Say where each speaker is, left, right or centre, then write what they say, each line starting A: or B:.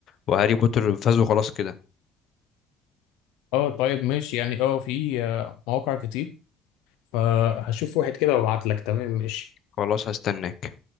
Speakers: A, on the left; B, on the left.
A: وهاري بوتر فازوا خلاص كده
B: اه طيب ماشي يعني اه في آه، مواقع كتير فهشوف واحد كده وابعت لك تمام ماشي
A: خلاص هستناك